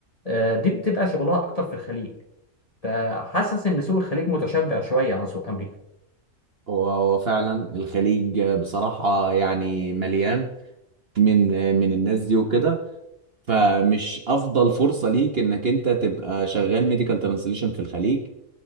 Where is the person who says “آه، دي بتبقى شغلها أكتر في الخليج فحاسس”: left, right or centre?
Left